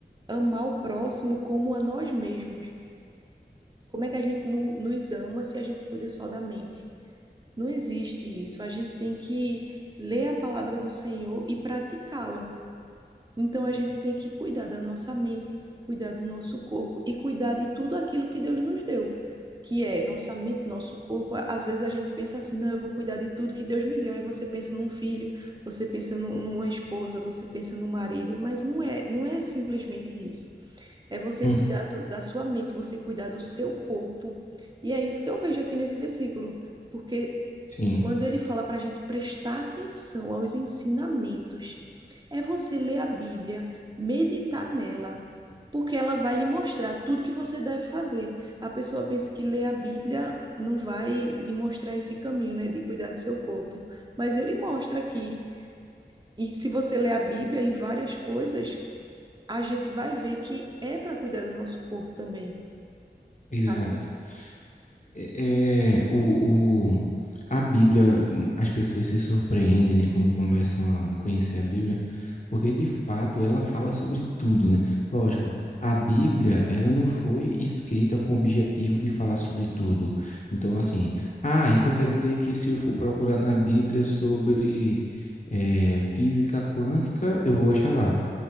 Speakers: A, on the right; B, on the left.
A: amar o próximo como a nós mesmos. Como é que a gente no- nos ama se a gente cuida só da mente? Não existe isso. A gente tem que ler a palavra do Senhor e praticá-la. Então a gente
B: Uhum.
A: tem que cuidar da nossa mente, cuidar do nosso corpo e cuidar de tudo aquilo que Deus nos deu, que é nossa mente, nosso corpo. Às vezes a gente pensa assim, não, eu vou cuidar de tudo que Deus me deu. Aí você pensa num filho, você pensa nu- numa esposa, você pensa no marido, mas não é, não é simplesmente isso. É você
B: Uhum.
A: cuidar do- da sua mente, você cuidar do seu corpo. E é isso que eu vejo aqui nesse versículo, porque
B: Sim,
A: quando ele fala para a gente prestar atenção aos ensinamentos, é você ler a Bíblia, meditar nela, porque ela vai lhe mostrar tudo que você deve fazer. A pessoa pensa que ler a Bíblia não vai lhe mostrar esse caminho, né, de cuidar do seu corpo, mas ele mostra aqui. E se você ler a Bíblia em várias coisas, a gente vai ver que é para cuidar do nosso corpo também,
B: exato.
A: sabe?
B: é, é, o, o, a Bíblia, as pessoas se surpreendem, né, quando começam a conhecer a Bíblia, porque de fato ela fala sobre tudo, né? Lógico, a Bíblia, ela não foi escrita com o objetivo de falar sobre tudo. Então, assim, ah, então quer dizer que se eu for procurar na Bíblia sobre eh, física quântica, eu vou achar lá.